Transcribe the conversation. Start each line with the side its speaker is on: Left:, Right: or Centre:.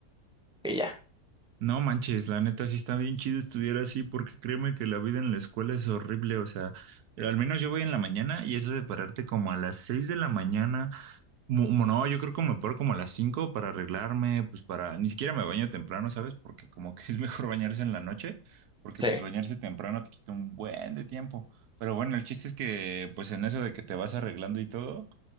Centre: y ya.
Right: No manches, la neta sí está bien chido estudiar así porque créeme que la vida en la escuela es horrible, o sea, al menos yo voy en la mañana y eso de pararte como a las seis de la mañana Mu- mu- No, yo creo que me paro como a las 5 para arreglarme, pues para, ni siquiera me baño temprano, ¿sabes? Porque como que es mejor <laughs> bañarse en la noche, porque
Centre: Sí,
Right: pues bañarse temprano te quita un buen de tiempo. Pero bueno, el chiste es que pues en eso de que te vas arreglando y todo,